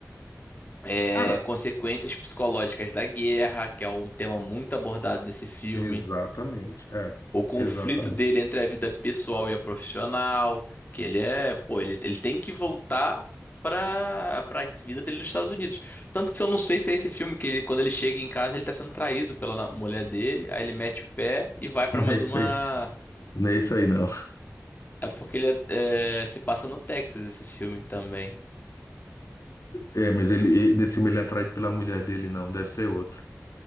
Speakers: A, on the left; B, on the left.
A: é,
B: Cara,
A: consequências psicológicas da guerra, que é um tema muito abordado nesse filme.
B: exatamente. É,
A: O conflito
B: exatamente.
A: dele entre a vida pessoal e a profissional, que ele é, pô, ele, ele tem que voltar pra, pra vida dele nos Estados Unidos. Tanto que eu não sei se é esse filme que ele, quando ele chega em casa, ele tá sendo traído pela na- mulher dele, aí ele mete o pé e vai
B: <laughs>
A: pra mais
B: Não é isso
A: uma.
B: aí, não é isso aí, não.
A: É porque ele é- é, se passa no Texas esse filme também.
B: É, mas ele, e- nesse filme ele é atraído pela mulher dele, não. Deve ser outro